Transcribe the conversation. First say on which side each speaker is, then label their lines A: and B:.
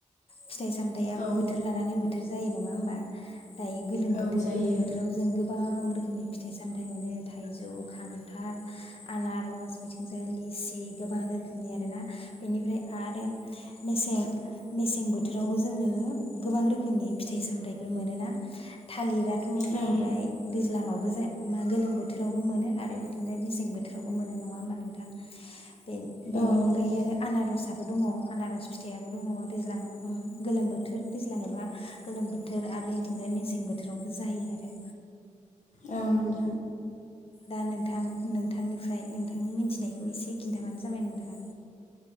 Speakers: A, on the left (about 45°); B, on the left (about 65°).
A: फिथाइ- सामथाइयाबो
B: औ
A: बोथोर लानानै बोथोर जायो नङा होमबा? दायो गोलोम
B: औ
A: बोथोर
B: जायो
A: गोलोम बोथोराव जों गोब गोबां रोखोमनि फिथाइ-सामथाइ मोनो थाइजौ खान्थाल आनार'स बिथिंजाय लिसि गोबां रोखोमनि आरोना बेनिफ्राय आरो मेसें मेसें बोथोरावबो जोङो गोबां रोखोमनि फिथाइ-साम थाइफोर मोनो ना थालिरा थ' जाहैबाय
B: औ
A: दैज्लांङावबो जाय मा गोलोम बोथोरावबो मोनो आरो बिथिंजाय मेसें बोथोरावबो मोनो नङा होमबा नोंथां? बेन बेनि
B: औ औ
A: अनगायै आरो आनार'सा दङ' आनार'स फिथाइयाबो दङ' दैज्लाङाव ओम गोलोम बोथोर दैज्लां एबा गोलोम बोथ थोर आरो इथिंजाय मेसें बोथोरावबो जायो आरो
B: ओ नोंथ
A: दा नोंथां नोंथांनि ओमफ्राय नोंथांनि मिनथिनायखौ एसे खिन्थाबानो जाबाय नोंथाङा